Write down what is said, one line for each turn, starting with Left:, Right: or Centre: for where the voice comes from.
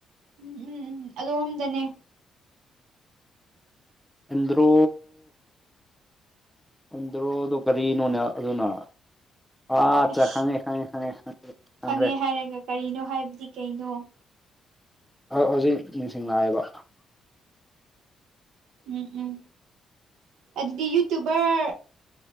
Right: ꯎꯝ ꯎꯝ ꯎꯝ ꯑꯗꯣꯝꯗꯅꯦ
Centre: ꯑꯥꯟꯗ꯭ꯔꯣ ꯑꯟꯗ꯭ꯔꯣꯗꯣ ꯀꯔꯤꯅꯣꯅꯦ ꯑꯗꯨꯅ ꯑꯆꯥ
Right: ꯑꯁ
Centre: ꯈꯪꯉꯦ ꯈꯪꯉꯦ ꯈꯪꯉꯦ ꯈꯪꯈ꯭ꯔꯦ
Right: ꯈꯪꯉꯦ ꯍꯥꯏꯔꯒ ꯀꯔꯤꯅꯣ ꯍꯥꯏꯕꯗꯤ ꯀꯩꯅꯣ
Centre: ꯍꯧꯖꯤꯛ ꯅꯤꯡꯁꯤꯡꯅꯅꯥꯑꯕ
Right: ꯎꯝ ꯎꯝ ꯑꯗꯨꯗꯤ ꯌꯨꯇꯨꯕꯔ